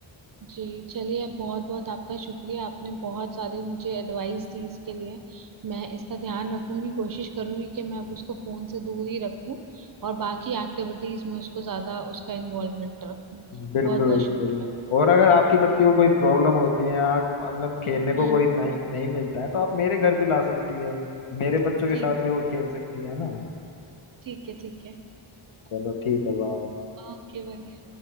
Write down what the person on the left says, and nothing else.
बिल्कुल
बिल्कुल
और अगर आपकी बच्ची को कोई प्रॉब्लम होती है या मतलब खेलने
को कोई नहीं नहीं मिलता है तो आप मेरे घर भी ला सकती है मेरे बच्चों के
साथ भी वो खेल सकती है ना
चलो ठीक है बाय